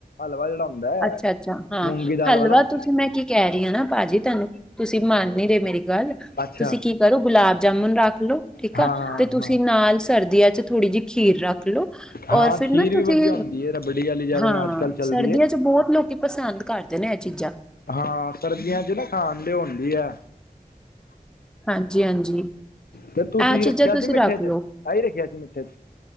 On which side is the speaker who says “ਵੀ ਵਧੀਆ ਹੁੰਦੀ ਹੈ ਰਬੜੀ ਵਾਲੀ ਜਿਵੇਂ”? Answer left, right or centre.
Left